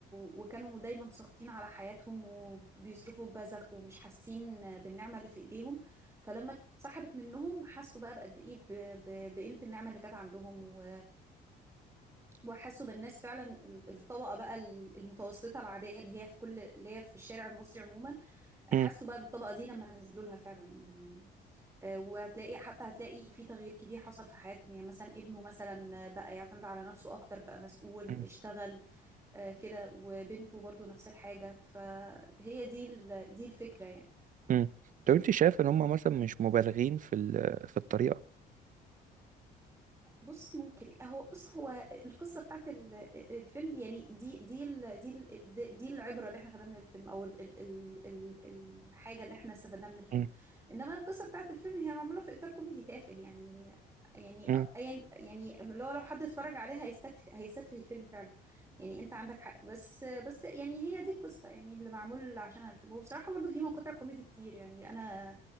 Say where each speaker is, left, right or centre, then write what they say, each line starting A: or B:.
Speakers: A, on the right (about 15°); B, on the right (about 50°).
A: وكانوا دايما ساخطين على حياتهم وبيصرفوا ببذخ ومش حاسين بالنعمة اللي في إيديهم فلما اتسحبت منهم حسوا بقى بقد إيه ب... ب... بقيمة النعمة اللي كانت عندهم و... وحسوا بالناس فعلا ال- الطبقة بقى ال- المتوسطة العادية اللي هي في كل اللي هي في الشارع المصري عموما حسوا
B: مم.
A: بقى بالطبقة دي لما نزلوا لها فعلا يعني آه، وهتلاقي حتى هتلاقي في تغيير كبير حصل في حياتهم يعني مثلا ابنه مثلا بقى يعتمد على نفسه أكتر بقى مسؤول
B: مم.
A: اشتغل آه، كده وبنته برضو نفس الحاجة فهي دي ال- دي الفكرة يعني
B: مم. طب أنت شايف إن هم مثلا مش مبالغين في ال... في الطريقة؟
A: بص ممكن هو بص هو القصه بتاعت ال- الفيلم يعني دي دي ال دي ال دي العبره اللي احنا خدناها من الفيلم او ال ال ال ال الحاجه اللي احنا استفدناها من الفيلم
B: مم.
A: انما القصه بتاعت الفيلم هي معموله في اطار كوميدي تافه يعني يعني
B: مم.
A: ايا يعني اللي هو لو حد اتفرج عليها هيستتف هيستتفه الفيلم فعلا يعني انت عندك حق بس بس يعني هي دي القصه يعني اللي معمول عشانها الفيلم وبصراحه برضه في مقاطع كوميدي كتير يعني انا